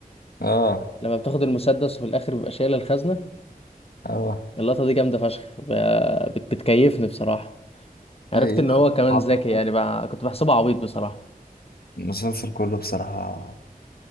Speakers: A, on the left; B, on the left.
A: اه
B: لما بتاخد المسدس وفي الاخر بيبقى شايلة الخزنة
A: اه
B: اللقطة دي جامدة فشخ ب- بت- بتكيفني بصراحة عرفت
A: ايوه
B: ان هو كمان
A: <laughs>
B: ذكي يعني بقى كنت بحسبه عبيط بصراحة
A: المسلسل كله بصراحه